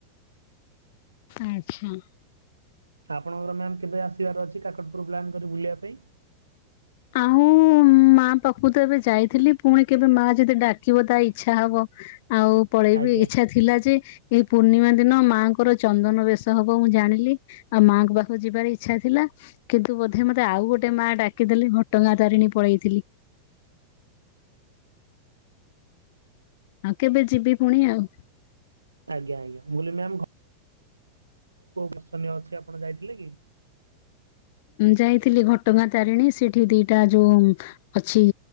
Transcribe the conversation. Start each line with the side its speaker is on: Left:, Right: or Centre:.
Left: ଆଚ୍ଛା।
Right: ଆପଣଙ୍କର ମ୍ୟାମ୍ କେବେ ଆସିବାର ଅଛି କାକଟପୁର ପ୍ଲାନ୍ କରି ବୁଲିବା ପାଇଁ।
Left: ଆଉ। ମା ପାଖକୁ ତ ଏବେ ଯାଇଥିଲି ପୁଣି କେବେ ମା ଯଦି ଡାକିବ ତା ଇଚ୍ଛା ହବ ଆଉ ପଳେଇବି
Right: ଆଜ୍ଞା
Left: ଇଚ୍ଛା ଥିଲା ଯେ ଏଇ ପୂର୍ଣ୍ଣିମା ଦିନ ମାଙ୍କର ଚନ୍ଦନ ବେଶ ହବ ମୁଁ ଜାଣିଲି। ଆଉ ମାଆଙ୍କ ପାଖକୁ ଯିବାର ଇଚ୍ଛା ଥିଲା କିନ୍ତୁ ବୋଧେ ମୋତେ ଆଉ ଗୋଟେ ମା ଡାକିଦେଲେ ଘ ଘଟଗାଁ ତାରିଣୀ ପଳେଇଥିଲି। ଆଉ କେବେ ଯିବି ପୁଣି ଆଉ।
Right: ଆଜ୍ଞାଆଜ୍ଞା ମୁଁ କଲିମ୍ୟାମ ଘ ଆଉ କୋଉ ଦର୍ଶନୀୟ ଅଛି ଆପଣ ଯାଇଥିଲେ କି।
Left: ଯାଇଥିଲି ଘଟଗାଁ ତାରିଣୀ ସେଠି ଦିଟା ଯୋଉ ଅଛି